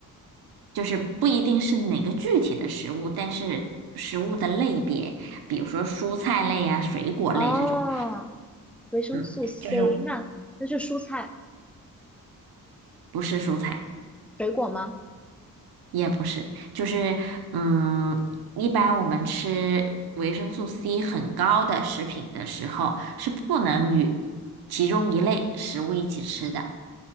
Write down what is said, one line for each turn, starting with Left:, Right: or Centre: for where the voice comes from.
Right: 就是不一定是哪个具体的食物，但是食物的类别，比如说蔬菜类啊、水果类这种，
Centre: 哦，维生素
Right: 嗯，
Centre: C，
Right: 就是
Centre: 那那是蔬菜、
Right: 不是蔬菜。
Centre: 水果吗？
Right: 也不是，就是嗯，一般我们吃维生素 C 很高的食品的时候，是不能与其中一类食物一起吃的。